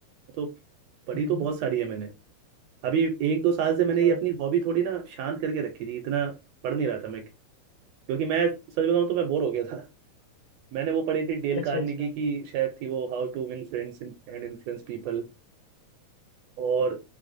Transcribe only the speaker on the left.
हम्म,
हम्म।
अच्छा
अच्छा
अच्छा